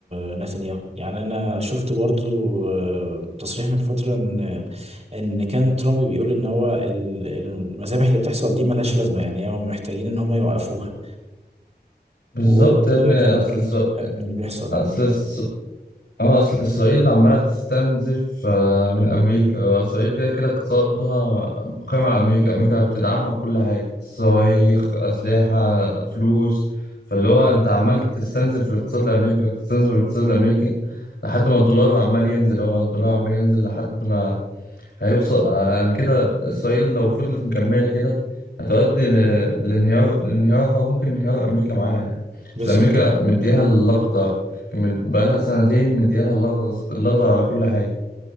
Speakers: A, on the right; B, on the left.
A: آه، نتنياهو يعني أنا شفت برضو آه، تصريح من فترة إن إن كان ترامب بيقول إن هو ال- المذابح اللي بتحصل دي ملهاش لازمة يعني هم محتاجين إن هم يوقفوها
B: بالظبط
A: وكان
B: يا ابني أصل
A: <laughs>
B: الس-
A: مستاء من اللي بيحصل
B: أصل
A: عامة
B: اه اصل اسرائيل عماله تستنزف آه، من امريكا اسرائيل كده كده اقتصادها قائم على امريكا امريكا بتدعمها بكل حاجه صواريخ اسلحه فلوس فاللي هو انت عمال تستنزف الاقتصاد الامريكي تستنزف الاقتصاد الامريكي لحد ما الدولار عمال ينزل هو الدولار عمال ينزل لحد ما هيوصل عن كده إسرائيل لو فضلت مكملة كده هتؤدي ل- لانهيار لانهيارها ممكن انهيار أمريكا معاها يعني
A: بالظبط
B: أصل أمريكا مديها اللقطة كان من- بقالها سنتين مديها اللقطة اللقطة على كل حاجة